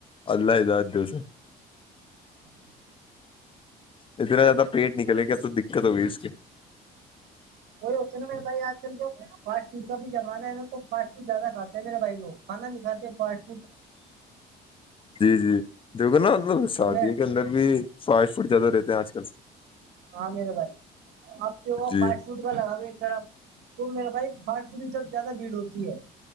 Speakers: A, on the left; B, on the right.
A: اللہ داد د اسے
B: ا <inaudible>
A: اتنا زیادہ پیٹ نکلے گا تو دقت ہوگی اس کے
B: وہی ہوتے نا م بھائی آج کل کیا فاسٹ فڈ کا بھی ج ہمے فاٹ فڈدہ کھاتا میرے بھائیو کانا نہیں کاتاےاٹ
A: جی جی دیکھو نا مطلب شادی
B: ہمیں
A: ہے کے اندر بھی فائیو فٹ زیادہ رہتے ہیں آج کل
B: عامیر بھائی آپ کے ہو
A: جی
B: فاسٹ فروٹ کا لگاوے ایک طرح تو میرا بھائی ب ف تک زیادہ بھیڑ ہوتی ہے